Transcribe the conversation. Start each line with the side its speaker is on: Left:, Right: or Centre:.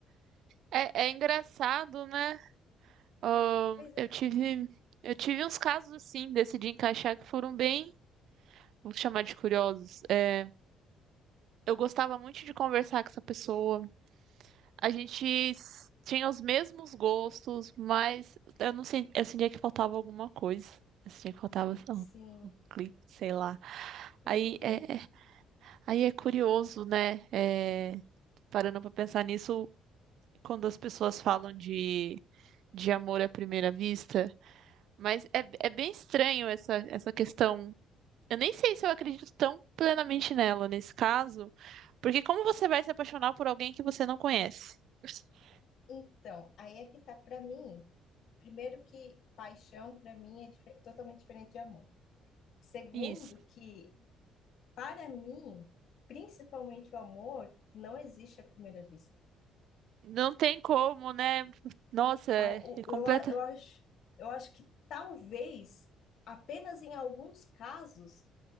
Right: é, é engraçado, né? Ahn,
Left: Pois é.
Right: eu tive, eu tive uns casos assim, decidi encaixar que foram bem, vou chamar de curiosos. É, eu gostava muito de conversar com essa pessoa. A gente s- tinha os mesmos gostos, mas eu não sei, eu sentia que faltava alguma coisa. Eu sentia que faltava um,
Left: Sim,
Right: um clique, sei lá. Aí
Left: eu entendo.
Right: é, é- aí é curioso, né? É, parando pra pensar nisso, quando as pessoas falam de, de amor à primeira vista, mas é, é bem estranho essa, essa questão. Eu nem sei se eu acredito tão plenamente nela nesse caso, porque como você vai se apaixonar por alguém que você não conhece? <laughs>
Left: Então, aí é que tá para mim. Primeiro que paixão para mim é dife- totalmente diferente de amor. Segundo
Right: Isso.
Left: que para mim, principalmente o amor, não existe à primeira vista.
Right: Não tem como, né? Nossa, é,
Left: A- o-
Right: é completa.
Left: Eu, a- eu acho, eu acho que talvez apenas em alguns casos